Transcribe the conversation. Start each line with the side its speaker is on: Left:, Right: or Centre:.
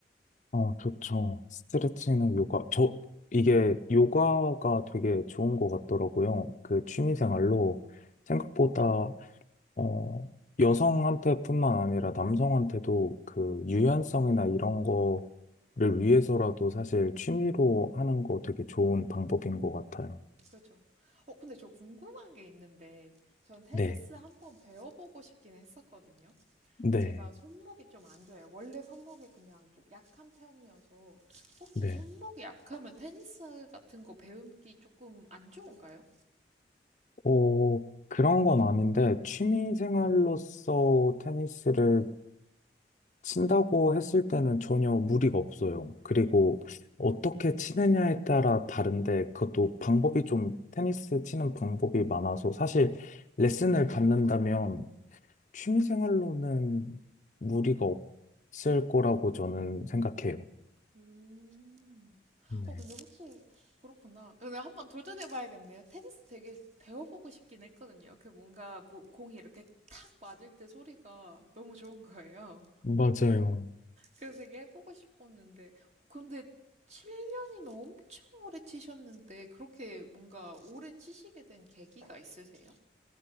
Left: 어, 좋죠. 스트레칭이나 요가. 저, 이게 요가가 되게 좋은 것 같더라고요. 그 취미 생활로 생각보다, 어, 여성한테뿐만 아니라 남성한테도 그 유연성이나 이런 거를 위해서라도 사실 취미로 하는 거 되게 좋은 방법인 것 같아요.
Right: 그렇죠. 어, 근데 저 궁금한 게 있는데 전 테니스
Left: 네.
Right: 한번 배워보고 싶긴 했었거든요.
Left: 네.
Right: 근데 제가 손목이 좀 안 좋아요. 원래 손목이 그냥 좀 약한 편이어서 혹시
Left: 네.
Right: 손목이 약하면 테니스 같은 거 배우기 조금 안 좋은가요?
Left: 어, 그런 건 아닌데, 취미 생활로서 테니스를 친다고 했을 때는 전혀 무리가 없어요. 그리고 어떻게 치느냐에 따라 다른데, 그것도 방법이 좀, 테니스 치는 방법이 많아서, 사실 레슨을 받는다면 취미 생활로는 무리가 없을 거라고 저는 생각해요.
Right: 음.
Left: 네.
Right: 어, 근데 혹시 그렇구나. 근데 한번 도전해 봐야겠네요. 테니스 되게 배워보고 싶긴 했거든요. 그 뭔가 뭐 공이 이렇게 탁 맞을 때 소리가 너무 좋은 거예요.
Left: 맞아요.
Right: 그래서 되게 해보고 싶었는데. 근데 7년이면 엄청 오래 치셨는데 그렇게 뭔가 오래 치시게 된 계기가 있으세요?